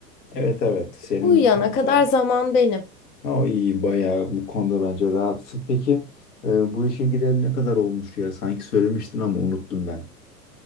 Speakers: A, on the left; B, on the left.
A: Evet evet senin
B: Uyuyana
A: bu konuda
B: kadar zaman benim.
A: o iyi bayağı bu konuda bence rahatsın. Peki e, bu işe gideli ne kadar olmuştu ya? Sanki söylemiştin ama unuttum ben.